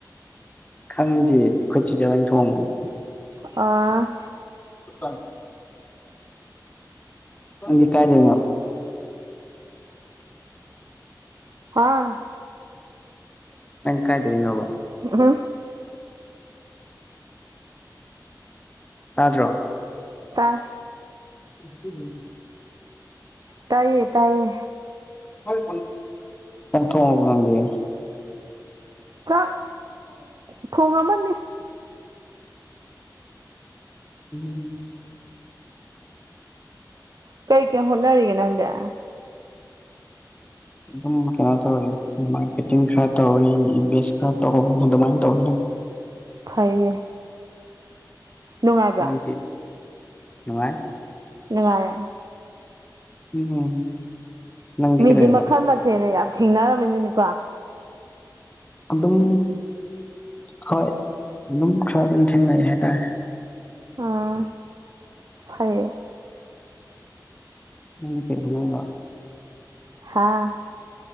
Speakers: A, on the left (about 20°); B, on the right (about 55°).
A: ꯈꯪꯗꯦ ꯑꯩꯈꯣꯏ ꯆꯦꯖꯅ ꯊꯣꯡꯕꯅꯤ
B: ꯑ
A: ꯑ ꯅꯪꯗꯤ ꯀꯥꯏꯗꯦꯅ
B: ꯍꯥꯥ
A: ꯅꯪ ꯀꯥꯏꯗꯦ ꯏꯅꯣꯕꯣ
B: ꯍꯥ
A: ꯇꯥꯗ꯭ꯔꯣ
B: ꯇ
A: ꯎ
B: ꯇꯥꯏꯌꯦ ꯇꯥꯏꯌꯦ
A: ꯅꯪ ꯊꯉꯕꯨ ꯅꯪꯗꯤꯦ
B: ꯆꯥꯛ ꯊꯣꯡ ꯑꯃꯅꯤ
A: ꯎꯝ
B: ꯀꯩ ꯀꯦ ꯍꯅꯔꯤꯒꯦ ꯅꯪꯒ
A: ꯑꯗꯨꯝ ꯀꯩꯅꯣ ꯇꯧꯔꯤ ꯃꯥꯔꯀꯦꯇꯤꯡ ꯈꯔ ꯇꯧꯔꯤ ꯏꯟꯚꯦꯁ ꯈꯔ ꯇꯧ ꯑꯗꯨꯃꯥꯏꯅ ꯇꯧꯔꯅꯤ
B: ꯐꯩꯌꯦ ꯅꯨꯡꯉꯥꯏꯕ꯭ꯔꯥ
A: ꯅꯪꯗꯤꯤ ꯅꯨꯡꯉꯥꯏ
B: ꯂꯉꯌꯥ
A: ꯎꯝ ꯅꯪꯗꯤ
B: ꯃꯤꯗꯤ
A: ꯀꯩꯗꯧꯔꯤꯕ
B: ꯃꯈꯜ ꯃꯊꯦꯜꯅ ꯌꯥꯝ ꯊꯦꯡꯅꯔꯝꯃꯅꯤꯅꯤꯀꯣ
A: ꯑꯗꯨꯝ ꯍꯣꯏ ꯑꯗꯨꯝ ꯈꯔ ꯑꯗꯨꯝ ꯊꯦꯡꯅꯩ ꯍꯥꯏꯇꯥꯔꯦ
B: ꯑꯥ ꯐ
A: ꯍꯦ ꯐꯉꯥꯏꯕ
B: ꯍꯥꯥ